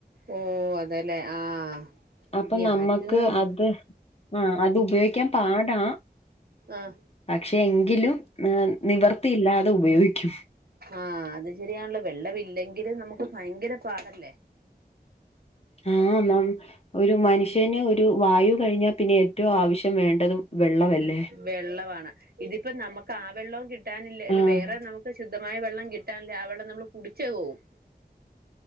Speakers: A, on the right; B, on the left.
A: ഓഹ് അതെല്ലേ ആഹ്
B: അപ്പൊ
A: ഈ
B: നമ്മുക്ക്
A: ആറ്റ്ന്ന് പറഞ്ഞ
B: അത് ആഹ് അത് ഉപയോഗിക്കാൻ പാടാ
A: ആഹ്
B: പക്ഷെ എങ്കിലും മ് നിവർത്തിയില്ലാതെ ഉപയോഗിക്കും
A: ആഹ് അത് ശരിയാണല്ലോ വെള്ളമില്ലെങ്കില് നമുക്ക് ഭയങ്കര പാടല്ലേ
B: ആഹ് നം- ഒരു മനുഷ്യന് ഒരു വായു കഴിഞ്ഞാ പിന്നെ ഏറ്റവും ആവശ്യം വേണ്ടത് വെള്ളവല്ലേ?
A: വെള്ളവാണ് ഇതിപ്പം നമക്ക് ആ വെള്ളും കിട്ടാനില്ല ല്ല
B: ആഹ്
A: വേറെ നമുക്ക് ശുദ്ധമായ വെള്ളം കി- ട്ടാന്ത അവിടെ നമ്മള് കുടിച് പോവും.